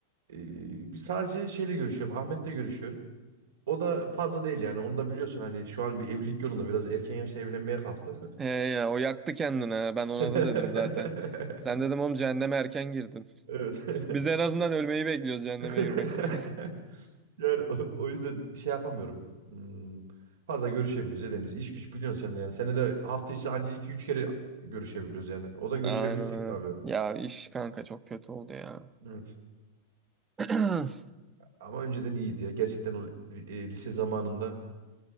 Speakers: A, on the right; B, on the right.
A: Ee, bir sadece şeyle görüşüyorum Ahmet'le görüşüyorum. O da fazla değil yani onu da biliyorsun hani şu an bir evlilik yolunda biraz erken yaşta evlenmeye kalktı.
B: He ya o yaktı kendini ha. Ben ona
A: <laughs>
B: da dedim zaten. Sen dedim oğlum cehenneme erken girdin.
A: Evet.
B: <laughs>
A: <laughs>
B: Biz en azından ölmeyi bekliyoruz cehenneme
A: <laughs>
B: girmek için.
A: Yani o, o yüzden şey yapamıyorum. Hmm, fazla görüşemiyoruz, edemiyoruz. İş güç biliyorsun sen de yani. Senede de hafta içi anca iki üç kere görüşebiliyoruz yani. O da
B: <laughs>
A: görüşebilirsek
B: Aynen aynen.
A: de abi.
B: Ya iş kanka çok kötü oldu ya.
A: Evet.
B: <clears throat>
A: Ama önceden iyiydi ya. Gerçekten o li- e, lise zamanında